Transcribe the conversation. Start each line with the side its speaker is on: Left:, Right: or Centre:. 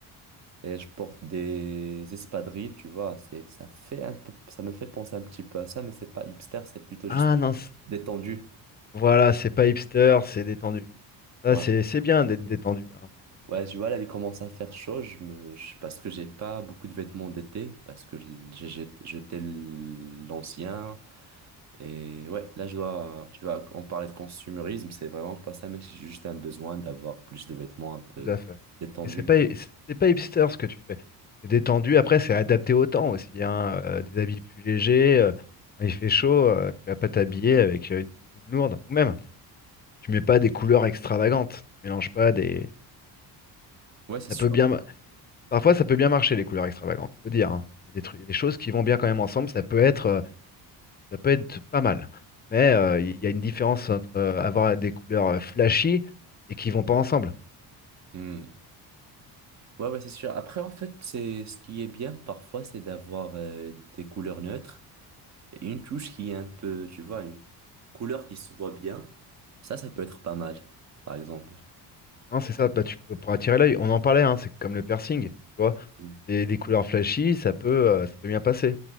Right: et je porte des espadrilles, tu vois. C'est, ça fait un peu, ça me fait penser un petit peu à ça, mais c'est pas hipster, c'est plutôt
Left: Ah
Right: juste
Left: non, c-
Right: détendu.
Left: voilà, c'est pas hipster, c'est détendu. Ça,
Right: Ouais.
Left: c'est c'est bien d'être détendu, hein,
Right: Ouais,
Left: c'est-
Right: tu vois, là, il commence à faire chaud, je me... je- parce que j'ai pas beaucoup de vêtements d'été, parce que l- j'ai j'ai- jeté l'ancien. Et ouais, là, je dois, tu vois, on parlait de consumérisme, c'est vraiment pas ça, mais c'est juste un besoin d'avoir plus de vêtements un peu
Left: Tout à fait.
Right: détendus.
Left: Mais c'est pas c'est pas hipster ce que tu fais. C'est détendu. Après, c'est adapté au temps aussi, hein, euh, des habits plus légers. euh, quand il fait chaud, euh, tu vas pas t'habiller avec euh, une doudoune lourde. Ou même, tu mets pas des couleurs extravagantes. Tu mélanges pas des.
Right: Ouais, c'est
Left: Ça
Right: sûr.
Left: peut bien. ma- Parfois, ça peut bien marcher les couleurs extravagantes. Faut dire. hein. Il y a Des trucs, des choses qui vont bien quand même ensemble. Ça peut être, euh, ça peut être pas mal. Mais euh, il y a une différence entre euh, avoir des couleurs euh, flashy et qui vont pas ensemble.
Right: Hmm. Ouais, ouais, c'est sûr. Après, en fait, c'est ce qui est bien parfois, c'est d'avoir euh, des couleurs neutres et une touche qui est un peu, tu vois, une couleur qui se voit bien. Ça, ça peut être pas mal, par exemple.
Left: Non, c'est ça, bah, tu peux, pour attirer l'œil, on en parlait, hein, c'est comme le piercing, tu vois,
Right: Hmm.
Left: des, des couleurs flashy, ça peut, euh, ça peut bien passer.